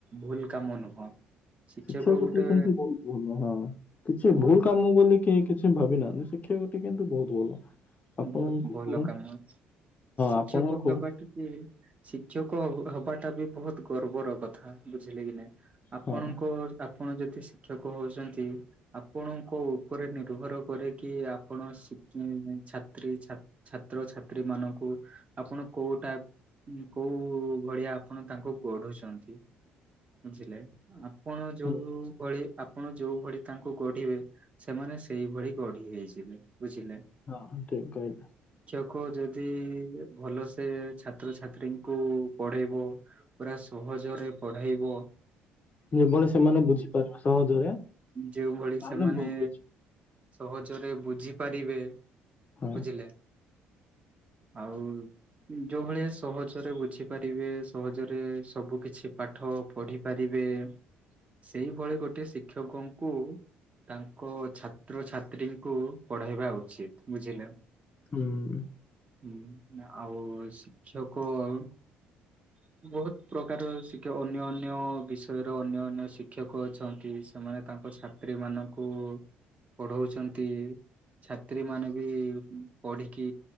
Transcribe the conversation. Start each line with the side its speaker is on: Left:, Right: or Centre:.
Right: ଭୁଲ କାମ ନୁହଁ। ଶିକ୍ଷକ
Left: ଶିକ୍ଷା କ୍ଷେତ୍ରରେ
Right: ଗୋଟେ
Left: କିନ୍ତୁ ବହୁତ ଭଲ ହଁ କିଛି
Right: ବହୁତ
Left: ଭୁଲ କାମ କଲେ କିଏ କି ସେ ଭାବି ନାହାନ୍ତି ଶିକ୍ଷାଗତି କିନ୍ତୁ ବହୁତ ଭଲ। ଆପଣଙ୍କୁ
Right: ବହୁତ ଭଲ
Left: ହଁ
Right: କାମ ଅଛି। ଶିକ୍ଷକ
Left: ଆପଣଙ୍କୁ
Right: ହବା ଟା କି ଶିକ୍ଷକ ହ ହବା ତାବି ବହୁତ ଗର୍ବର କଥା ବୁଝିଲେ କି ନାଇ ଆପଣଙ୍କୁ
Left: ହଁ।
Right: ଆ ଆପଣ ଯଦି ଶିକ୍ଷକ ହଉଛନ୍ତି ଆପଣଙ୍କ ଉପରେ ନିର୍ଭର କରେ କିି ଆପଣ ଶି <inaudible> ଛାତ୍ରୀ ଛାତ ଛାତ୍ରଛାତ୍ରୀ ମାନଙ୍କୁ ଆପଣ କୋଉଟାପ ଉମ୍ କୋଉ ଭଳିଆ ଆପଣ ତାଙ୍କୁ ଗଢୁଛନ୍ତି ବୁଝିଲେ ଆପଣ ଯୋଉ
Left: ହୁଁ,
Right: ଭଳି ଆପଣ ଯୋଉ ଭଳି ତାଙ୍କୁ ଗଢିବେ ସେମାନେ ସେଇଭଳି ଗଢି ହେଇଯିବେ ବୁଝିଲେ।
Left: ହଁ ଠିକ୍ କହିଲ।
Right: ଲୋକ ଯଦି ଭଲ ସେ ଛାତ୍ରଛାତ୍ରୀଙ୍କୁ ପଢେଇବ ପୁରା ସହଜରେ ପଢାଇବ।
Left: <inaudible> ଯେଭଳି ସେମାନେ ବୁଝିପାରୁ ସହଜରେ ତାହେଲେ
Right: ଯେଉଁଭଳି ସେମାନେ
Left: ବହୁତ କିଛି
Right: ସହଜରେ ବୁଝିପାରିବେ
Left: ହଁ
Right: ବୁଝିଲେ। ଆଉ ଯୋଉ ଭଳିଆ ସହଜରେ ବୁଝିପାରିବେ। ସହଜରେ ସବୁ କିଛି ପାଠ ପଢିପାରିବେ। ସେଇଭଳି ଗୋଟେ ଶିକ୍ଷକଙ୍କୁ ତାଙ୍କ ଛାତ୍ରଛାତ୍ରୀଙ୍କୁ ପଢେଇବା ଉଚିତ୍ ବୁଝିଲେ।
Left: ହୁଁ।
Right: ହୁଁ ଆଉ ଶିକ୍ଷକ ଅ ବହୁତ ପ୍ରକାର ଶିକ୍ଷକ ଅନ୍ୟ ଅନ୍ୟ ବିଷୟରେ ଅନ୍ୟ ଅନ୍ୟ ଶିକ୍ଷକ ଅଛନ୍ତି। ସେମାନେ ତାଙ୍କ ଛାତ୍ରୀ ମାନଙ୍କୁ ପଢଉଛନ୍ତି। ଛାତ୍ରୀ ମାନେ ବି ପଢିକି